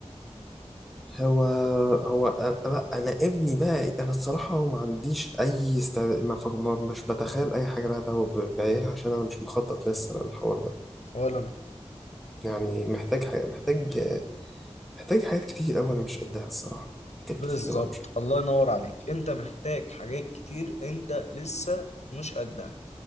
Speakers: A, in the centre; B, on the left.
A: هو هو أ- لا انا ابني بقى انا الصراحه ما عنديش اي است... ما ف... ما مش بتخيل اي حاجه لها دعوه ب- بعيالها عشان انا مش مخطط لسه للحوار ده
B: ولا أنا.
A: يعني محتاج حاجة محتاج محتاج حاجات كتير قوي انا مش قدها الصراحه حاجات
B: بالظبط
A: كتير قوي انا مش قدها
B: الله ينور عليك انت محتاج حاجات كتير انت لسه مش قدها